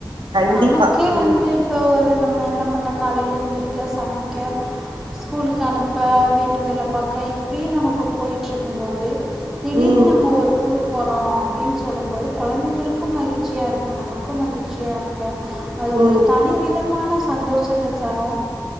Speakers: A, on the right; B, in the centre.
A: கண்டிப்பா.
B: நமக்கே வந்து
A: ம்.
B: இப்ப ஒரு நம்ம என்ன பண்ண காலையில எழுந்திரக்க சமைக்கஸ்கூலுக்கு அனு இப்போ வீட்டு வேலை பார்க்க இப்படியே நமக்கு போயட்டுருக்கும் போது திடீர்னு
A: ம்.
B: நம்ம ஒரு டூர் போகிறோம் அப்படின்னு சொல்லும்போது குழந்தைங்களுக்கும் மகிழ்ச்சியாக இருக்கும் நமக்கும் மகிழ்ச்சியாக இருக்கும் அது
A: ம்.
B: ஒரு தனி விதமான சந்தோஷத்தை சரண